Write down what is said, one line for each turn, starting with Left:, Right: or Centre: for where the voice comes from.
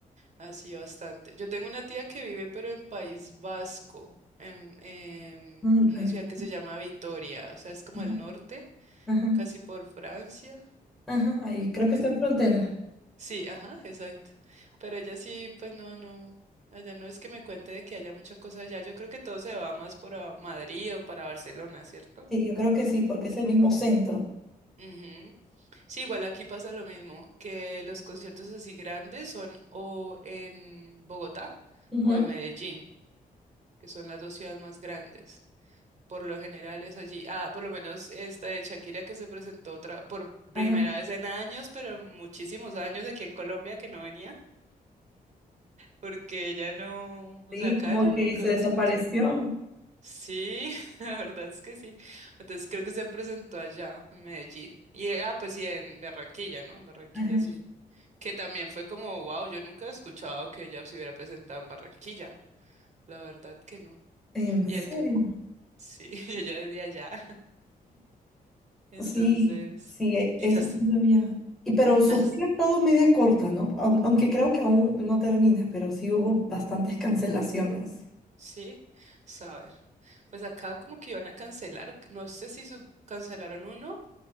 Right: así bastante. Yo tengo una tía que vive, pero en País Vasco, en, en
Centre: Mm, el
Right: una
Centre: país.
Right: ciudad que se llama Vitoria, o sea, es como
Centre: Ajá,
Right: el norte,
Centre: ajá,
Right: casi por Francia.
Centre: ajá, ahí creo que
Right: en-
Centre: está en frontera.
Right: Sí, ajá, exacto. Pero ella sí, pues no, no. Allá no es que me cuente de que haya mucha cosa allá. Yo creo que todo se va más por a Madrid o para Barcelona, ¿cierto?
Centre: Sí, yo creo que sí, porque es el mismo centro.
Right: Ujú. Sí, igual aquí pasa lo mismo, que los conciertos así grandes son o en Bogotá
Centre: Ujú,
Right: o en Medellín, que son las dos ciudades más grandes. Por lo general es allí. Ah, por lo menos esta de Shakira que se presentó otra por primera
Centre: Ajá.
Right: vez en años, pero en muchísimos años aquí en Colombia que no venía, porque ella no, o
Centre: Sí,
Right: sea, acá
Centre: como
Right: yo
Centre: que
Right: nunca
Centre: se
Right: había
Centre: desapareció.
Right: escuchado. Sí, <laughs> la verdad es que sí. Entonces creo que se presentó allá en Medellín. Y ah, pues sí, en Barranquilla, ¿no? En Barranquilla
Centre: Ajá.
Right: sí. que también fue como, wow, yo nunca he escuchado que ella se hubiera presentado en Barranquilla, la verdad que no.
Centre: ¿En
Right: Y
Centre: serio?
Right: ella que, sí, <laughs> y ella es de allá, <laughs> entonces,
Centre: Sí, sí, e-
Right: quizás,
Centre: eso sí lo había. Y pero su
Right: as-
Centre: gira es todo media corta, ¿no? Aun- Aunque creo que aún no termina, pero sí hubo bastantes cancelaciones.
Right: sí, saber. Pues acá como que iban a cancelar, no sé si su- cancelaron uno,